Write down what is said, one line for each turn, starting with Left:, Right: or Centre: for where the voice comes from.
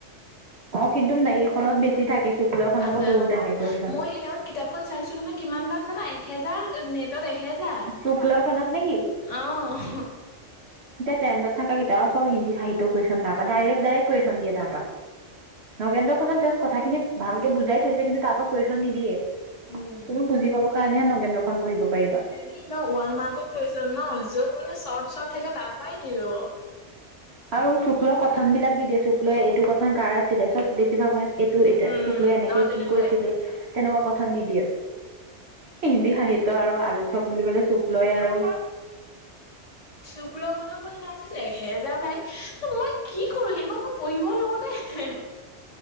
Right: অঁ কিন্তু মানে এখনত বেছি থাকে। শুক্ল খনৰ
Left: আচ্ছা,
Right: পৰা বহুত
Left: উম,
Right: আহে কুৱেশ্যন
Left: মই সেইদিনাখন কিতাপখন চাইছো নহয়, কিমান দাম জানা? এহেজাৰ নে ত'ত এহেজাৰ
Right: শুক্ল খনত নেকি
Left: অঁহ।
Right: চেন্ড'ত থকা কিটাও চব হিন্দী সাহিত্য কুৱেশ্যন তাৰ পৰা ডাইৰেক ডাইৰেক কুৱেশ্যন দিয়ে তাৰ পৰা। নগেন্দ্ৰ খনত জাষ্ট কথাখিনি ভালকে বুজাই থৈছে কিন্তু তা'ত কুৱেশন নিদিয়ে,
Left: উম
Right: তুমি বুজি পাব কাৰণেহে নগেন্দ্ৰখন পঢ়িব পাৰিবা।
Left: হেৰি ন' ওৱান মাৰ্কছ ন' য'ত মানে চৰ্ট চৰ্ট থাকে তাৰ পৰাই দি যাব।
Right: আৰু শুক্ল কথন বিলাক দি দিয়ে শুক্লয়ে এইটো কথন কাৰ আছিলে চব বেছিভাগ ব- এইটো এতিয়া
Left: উম
Right: শুক্ল এনেকে
Left: অ তেনেকুৱাই
Right: কি কৈছিলে, তেনেকুৱা কথাত দি দিয়ে এই হিন্দী সাহিত্য আৰু আলোচক বুলি ক'লে শুক্লয়ে আৰু
Left: শুক্লত এহেজাৰ ভাই ত' মই কি কৰো সেইখন মই পঢ়িব নোৱাৰো দেই।